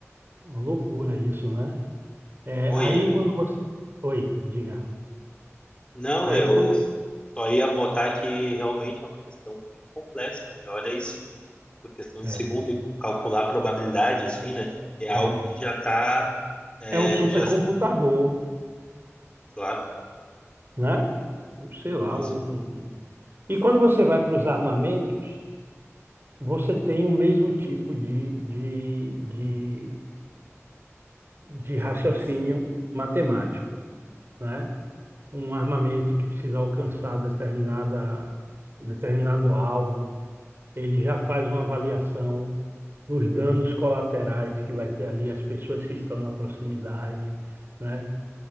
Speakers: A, on the right; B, on the left.
A: Uma loucura isso, né? É,
B: Oi,
A: aí quando você. Oi, diga.
B: não,
A: Aí
B: eu
A: quando.
B: só ia botar que realmente é uma questão muito complexa, né? Olha isso, por questão de
A: É,
B: segundo, e calcular a probabilidade, assim, né? É algo
A: é,
B: que já está,
A: é um supercomputador,
B: já, claro,
A: né? Sei lá,
B: é um-
A: um. E quando você vai para os armamentos, você tem o mesmo tipo de, de, de, de raciocínio matemático, né? Um armamento que precisa alcançar determinada, determinado alvo, ele já faz uma avaliação dos danos colaterais que vai ter ali as pessoas que estão na proximidade, né?